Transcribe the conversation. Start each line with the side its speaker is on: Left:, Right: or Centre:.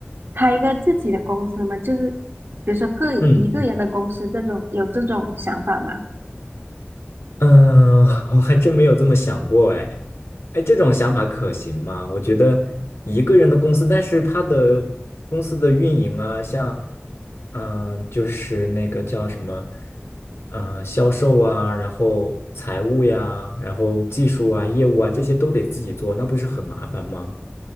Right: 开一个自己的公司吗？就是比如说个一个人的公司这种，
Left: 嗯嗯。
Right: 有这种想法吗？
Left: 嗯，<laughs> 我还真没有这么想过哎，哎，这种想法可行吗？我觉得一个人的公司，但是他的公司的运营啊，像嗯，就是那个叫什么，嗯，销售啊，然后财务呀，然后技术啊、业务啊，这些都得自己做，那不是很麻烦吗？